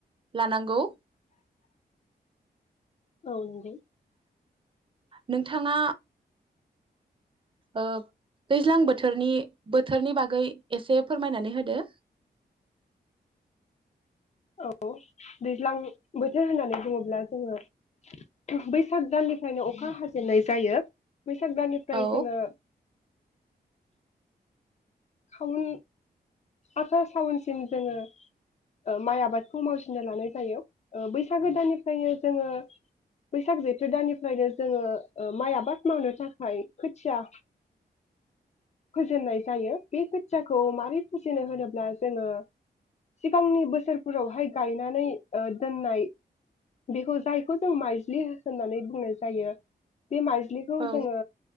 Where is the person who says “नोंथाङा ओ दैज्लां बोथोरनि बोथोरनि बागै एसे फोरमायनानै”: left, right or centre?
Right